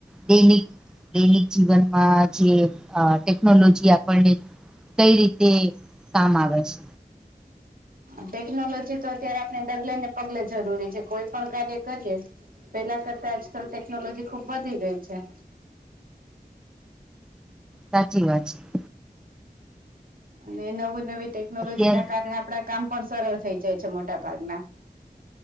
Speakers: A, in the centre; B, on the right.
A: દૈનિક દૈનિક જીવનમાં જે ટેકનોલોજી આપણને કઈ રીતે કામ આવે છે?
B: ટેકનોલોજી તો અત્યારે આપણે ડગલે ને પગલે જરૂરી છે, કોઈ પણ કાર્ય કરીએ પેલા કરતા આજકલ ટેકનોલોજી ખુબ વધી ગઈ છે.
A: સાચી વાત છે.
B: અને નવું નવી ટેકનોલોજી
A: અત્યાર
B: ના કારણે આપણા કામ પણ સરળ થઈ જાય છે, મોટા ભાગના.